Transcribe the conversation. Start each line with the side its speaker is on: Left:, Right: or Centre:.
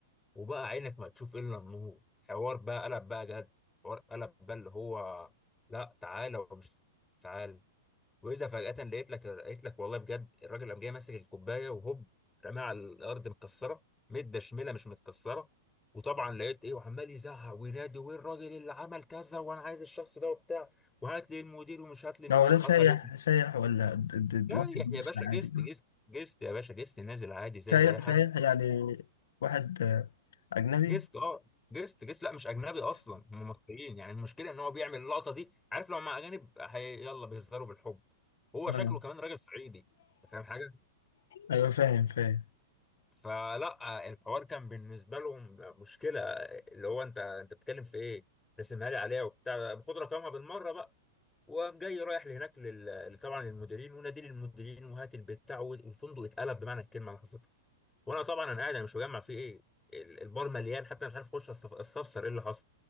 Centre: وبقى عينك ما تشوف الا النور حوار بقى قلب بقى جد حوار قلب بقى اللي هو لا تعالى ومش تعالى واذا فجاه لقيت لك لقيت لك والله بجد الراجل قام جاي ماسك الكوبايه وهوب رماها على الارض متكسره مده شميله مش متكسره وطبعا لقيت ايه وعمال يزعق وينادي وين الراجل اللي عمل كذا وانا عايز الشخص ده وبتاع وهات لي المدير ومش هات لي المدير
Left: ده هو ده
Centre: حصل
Left: سايح
Centre: ايه
Left: سايح ولا د- د- د-
Centre: رايح
Left: واحد مصري
Centre: يا باشا جست
Left: عادي
Centre: جست جست يا باشا جست نازل عادي زيه
Left: سايح
Centre: زي اي حد
Left: سايح يعني واحد آه، أجنبي
Centre: جست اه جست جست لا مش اجنبي اصلا هم مصريين يعني المشكله ان هو بيعمل اللقطه دي عارف لو مع اجانب هي- يلا بيهزروا بالحب هو
Left: آه.
Centre: شكله كمان راجل صعيدي أنت فاهم حاجه
Left: أيوة فاهم فاهم
Centre: فلا الحوار كان بالنسبه لهم مشكله اللي هو انت انت بتتكلم في ايه رسمها لي عليها وبتاع خد رقمها بالمره بقى وقام جاي رايح لهناك لل... طبعا للمديرين ونادي للمديرين وهات البتاع والفندق اتقلب بمعنى الكلمه اللي حصلت وانا طبعا انا قاعد انا مش مجمع فيه ايه ال- البار مليان حتى أنا مش عارف اخش أستف- استفسر ايه اللي حصل